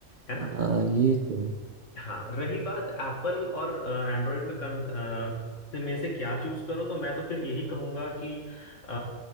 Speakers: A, on the left; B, on the right.
A: है ना
B: आ, ये तो
A: हाँ रही बात एप्पल और एंड्रॉयड में कन, अ, से- में से क्या चूज करो तो मैं तो फिर यही कहूंगा कि अ,